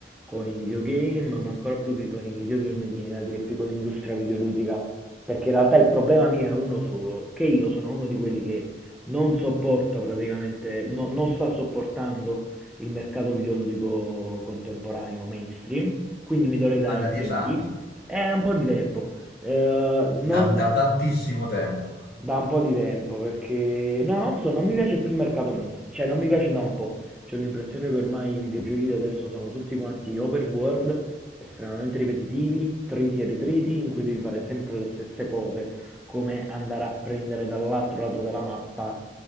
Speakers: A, in the centre; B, on the left.
A: con i videogame, ma ancora più che con i videogame, viene da dire più con l'industria videoludica. Perché in realtà il problema mio è uno solo, che io sono uno di quelli che non sopporta praticamente, no- non sta sopportando il mercato videoludico contemporaneo mainstream, quindi mi dovrei dare
B: ma da
A: agli
B: dieci
A: indie.
B: anni.
A: È un po' di tempo. Eh, non-
B: da, da tantissimo tempo.
A: da un po' di tempo, perché no, non so, non mi piace più il mercato misto, cioè non mi piace da un po'. C'ho l'impressione che ormai i videogiochi di adesso sono tutti quanti open world, estremamente ripetitivi, triti e ritriti, in cui devi fare sempre le stesse cose, come andare a prendere dall'altro lato della mappa